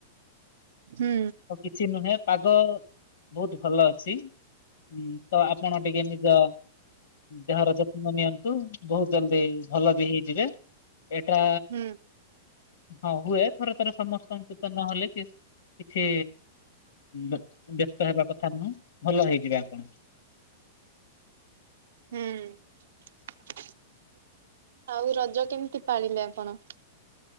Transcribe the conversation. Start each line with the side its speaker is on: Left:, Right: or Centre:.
Right: ହୁଁ।
Left: ଆଉ, କିଛି ନୁହେଁ। ପାଗ ବହୁତ ଭଲ ଅଛି। ହୁଁ। ତ ଆପଣ ଟିକେ ନିଜ ଦେହର ଯତ୍ନ ନିଅନ୍ତୁ। ବହୁତ ଜଲ୍ଦି ଭଲ ବି ହେଇଯିବେ। ଏଇଟା
Right: ହୁଁ
Left: ହଁ ହୁଏ। ଥରେ ଥରେ ସମସ୍ତଙ୍କୁ ତ ନହେଲେ କିସ୍ କିଛି ବ୍ୟ-ବ୍ୟସ୍ତ ହବା କଥା ନୁହଁ। ଭଲ ହେଇଯିବେ ଆପଣ। <inaudible>
Right: ହୁଁ। ଆଉ, ରଜ କେମିତି ପାଳିଲେ ଆପଣ?